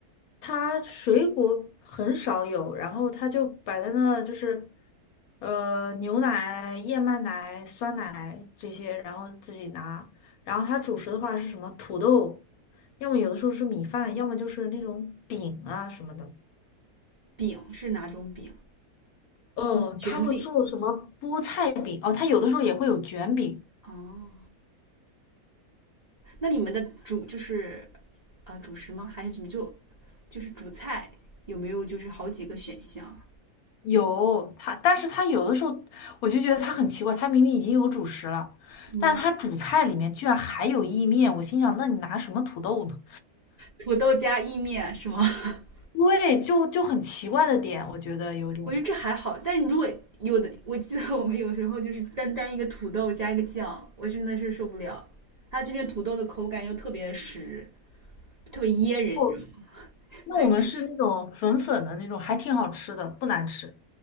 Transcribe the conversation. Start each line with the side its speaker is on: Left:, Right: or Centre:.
Left: 它水果很少有，然后它就摆在那，就是呃牛奶、燕麦奶、酸奶这些，然后自己拿。然后它主食的话是什么？土豆，要么有的时候是米饭，要么就是那种饼啊什么的。
Right: 饼是哪种饼？
Left: 哦，
Right: 卷饼。
Left: 他会做什么菠菜饼？哦，他有的时候也会有卷饼，
Right: 哦，那你们的主就是啊、呃主食吗？还是怎么就就是主菜有没有就是好几个选项？
Left: 有他，但是他有的时候我就觉得他很奇怪，他明明已经有主食了，
Right: 嗯，
Left: 但他主菜里面居然还有意面，我心想，那你拿什么土豆呢？
Right: 土豆加意面是吗？<laughs>
Left: 对，就就很奇怪的点，我觉得有点。
Right: 我觉得这还好，但如果有的，我记得我们有时候就是单单一个土豆加一个酱，我真的是受不了。它这边土豆的口感又特别实，特别噎人，
Left: 哦，
Right: 你知道吗？
Left: 那我们是那种粉粉的那种，
Right: 还有主食。
Left: 还挺好吃的，不难吃。